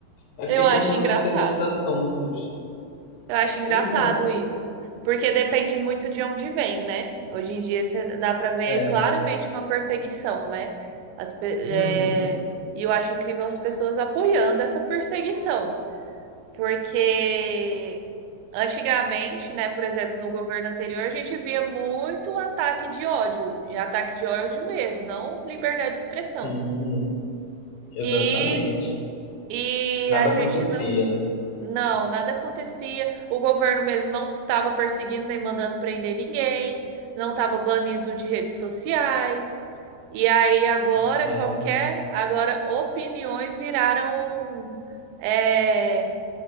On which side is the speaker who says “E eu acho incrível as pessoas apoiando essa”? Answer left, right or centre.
Right